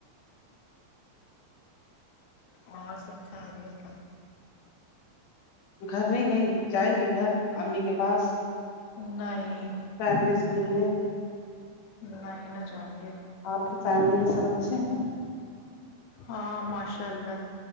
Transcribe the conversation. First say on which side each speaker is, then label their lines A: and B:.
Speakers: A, on the left; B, on the left.
A: اور سچھا رہ ہے
B: گھر نہیں گئییں جائیں گی گھر امی کے پاس
A: نہیں
B: فملی سے ملنے
A: نہ ہی نہ جائیں گے
B: آپ کی فیملی میں سب اچھے ہیں
A: ہاں ماشاء اللہ